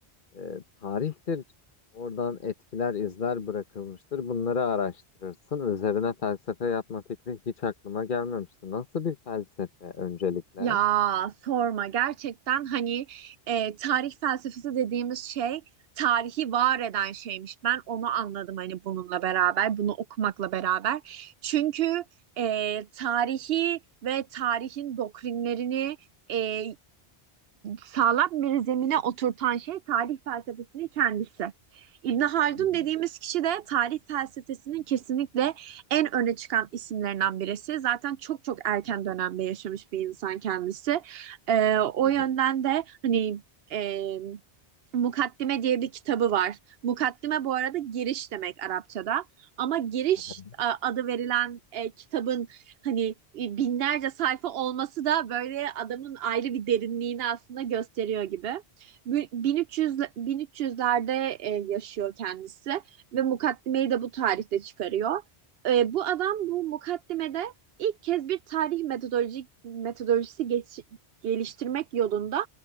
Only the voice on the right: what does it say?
Ya sorma gerçekten hani e, tarih felsefesi dediğimiz şey tarihi var eden şeymiş. Ben onu anladım hani bununla beraber, bunu okumakla beraber. Çünkü e, tarihi ve tarihin doktrinlerini e, sağlam bir zemine oturtan şey tarih felsefesinin kendisi. İbn Haldun
dediğimiz kişi de tarih felsefesinin kesinlikle en öne çıkan isimlerinden birisi. Zaten çok çok erken dönemde yaşamış bir insan kendisi. Ee, o
yönden de hani e, Mukaddime diye bir kitabı var. Mukaddime bu arada giriş demek Arapçada. Ama giriş
e, adı verilen e, kitabın hani e, binlerce sayfa olması da böyle adamın ayrı bir derinliğini aslında gösteriyor gibi. Bu- 1300 1300'lerde e, yaşıyor kendisi ve mukaddimeyi de bu tarihte çıkarıyor. E, bu adam bu mukaddimede ilk kez bir tarih metodoloji metodolojisi geç- geliştirmek yolunda